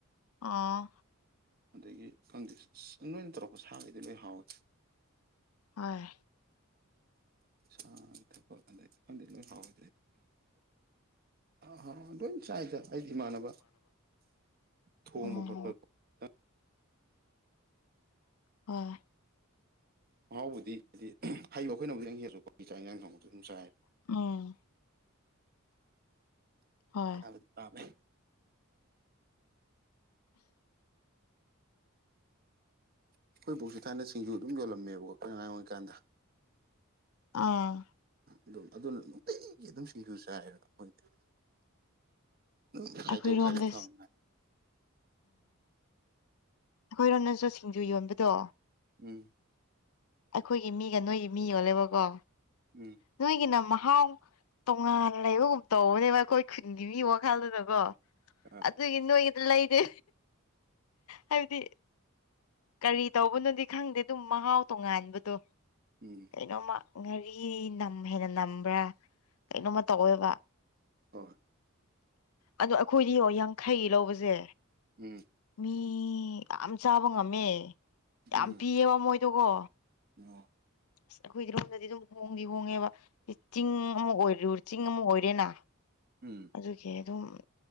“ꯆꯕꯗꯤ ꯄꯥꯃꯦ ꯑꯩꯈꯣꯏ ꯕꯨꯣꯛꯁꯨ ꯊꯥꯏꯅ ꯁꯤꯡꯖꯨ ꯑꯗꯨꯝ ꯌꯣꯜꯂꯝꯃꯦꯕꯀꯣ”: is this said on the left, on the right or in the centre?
Right